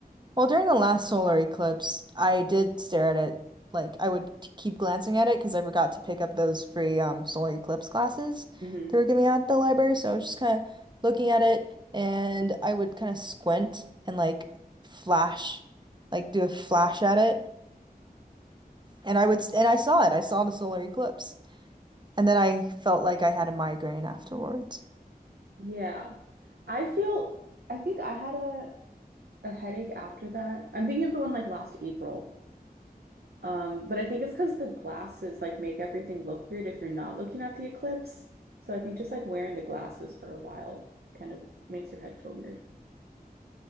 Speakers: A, on the right; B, on the right.
A: Well, during the last solar eclipse, I did stare at it. Like I would t- keep glancing at it because I forgot to pick up those free um solar eclipse classes
B: hmm
A: they were giving out at the library. So I was just kind of looking at it and I would kind of squint and like flash, like do a flash at it. And I would s- and I saw it. I saw the solar eclipse. And then I felt like I had a migraine afterwards.
B: Yeah. I feel I think I had a a headache after that. I'm thinking of the one like last April. Um, but I think it's because the glasses like make everything look weird if you're not looking at the eclipse. So I think just like wearing the glasses for a while kind of makes your head feel weird.